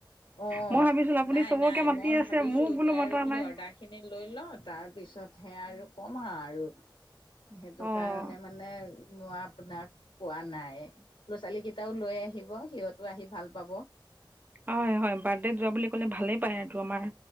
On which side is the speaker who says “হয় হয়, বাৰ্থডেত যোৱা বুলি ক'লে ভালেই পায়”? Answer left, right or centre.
Right